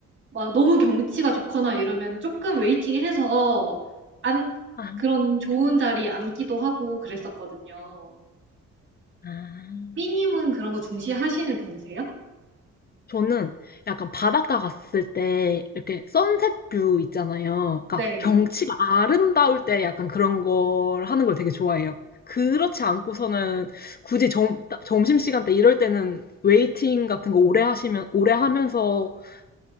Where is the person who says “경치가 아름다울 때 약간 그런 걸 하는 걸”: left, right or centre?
Left